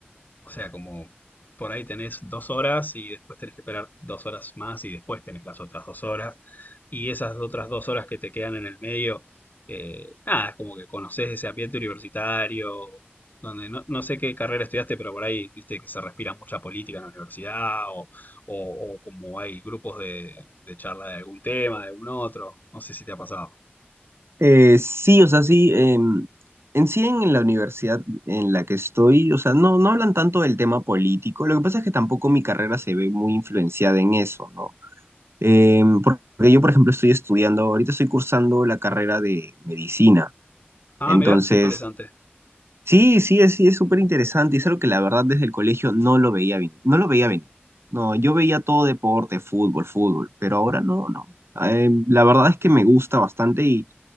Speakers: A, on the left (about 45°); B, on the right (about 85°).
A: O sea, como por ahí tenés dos horas y después tenés que esperar dos horas más y después tenés las otras dos horas. Y esas otras dos horas que te quedan en el medio, eh, nada, es como que conoces ese ambiente universitario, donde no, no sé qué carrera estudiaste, pero por ahí viste que se respira mucha política en la universidad o, o- o como hay grupos de, de charla de algún tema, de algún otro. No sé si te ha pasado.
B: Eh, sí, o sea, sí. em, en sí, en la universidad en la que estoy, o sea, no, no hablan tanto del tema político. Lo que pasa es que tampoco mi carrera se ve muy influenciada en eso, ¿no? Em, porque yo, por ejemplo, estoy estudiando, ahorita estoy cursando la carrera de medicina.
A: Ah,
B: Entonces,
A: mirá, qué interesante.
B: sí, sí, es, sí, es súper interesante y es algo que la verdad desde el colegio no lo veía venir. No lo veía venir. No, yo veía todo deporte, fútbol, fútbol, pero ahora no, no. Em, la verdad es que me gusta bastante y...